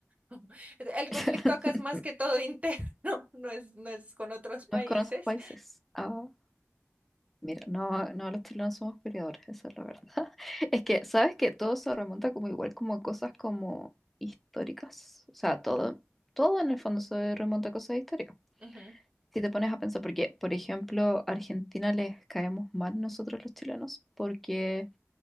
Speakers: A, on the right (about 30°); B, in the centre.
A: <laughs> El conflicto
B: <laughs>
A: acá es más que todo interno, <laughs> no es, no es con otros países.
B: No es con otros países. Ah. Mira, no, no, los chilenos somos peleadores, esa es la verdad. <laughs> Es que, ¿sabes que Todo se remonta como igual, como a cosas como históricas. O sea, todo, todo en el fondo se remonta a cosas históricas.
A: Ujú.
B: Si te pones a pensar, porque, por ejemplo, a Argentina les caemos mal nosotros los chilenos, porque